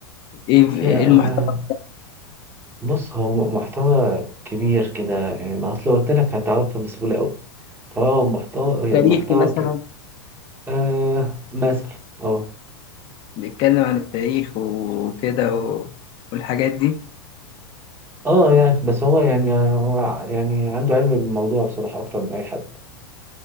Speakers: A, on the left; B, on the right.
A: ايه
B: أصل
A: ايه
B: آه،
A: المحتوى
B: بص هو م- محتوى كبير كده يعني ما أصل قلت لك هتعرفه بسهولة أوي فهو محتوى
A: التاريخي
B: يعني محتوى
A: مثلا
B: كده آه مثلا اه
A: بيتكلم عن التاريخ وكده و... والحاجات دي
B: اه يعني بس هو يعني هو يعني عنده علم بالموضوع بصراحة أكتر من أي حد